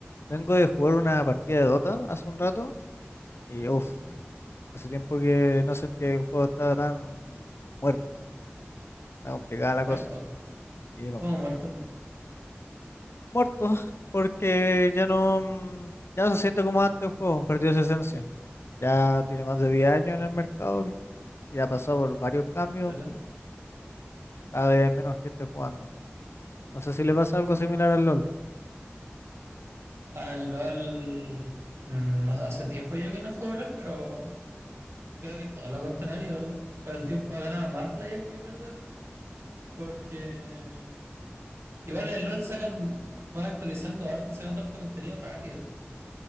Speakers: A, on the left; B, on the right.
A: Vengo de jugar una partida de Dota hace un rato y uff,
B: Ujú.
A: hace tiempo que no sentía que el juego estaba tan muerto, tan complicada la
B: Muerto.
A: cosa. Y digo,
B: ¿Cómo muerto?
A: muerto, <laughs> porque ya no, mm, ya no se siente como antes el juego, perdió su esencia. Ya tiene más de 10 años en el mercado, ya ha pasado por varios cambios,
B: ¿Verdad?
A: pero cada vez hay menos gente jugando. No sé si le pasa algo similar al LOL.
B: Al LOL. mm, no, hace tiempo yo que no juego LOL, pero creo que es todo lo contrario. El tiempo ha ganado más player que perder. Porque igual en el LOL sacan, van actualizando arte y sacando harto contenido rápido.